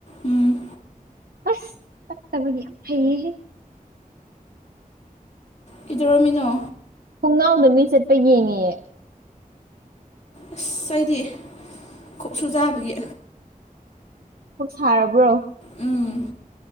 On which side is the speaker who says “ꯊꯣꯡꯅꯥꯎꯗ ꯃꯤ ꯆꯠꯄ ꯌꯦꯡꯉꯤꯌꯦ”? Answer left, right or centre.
Right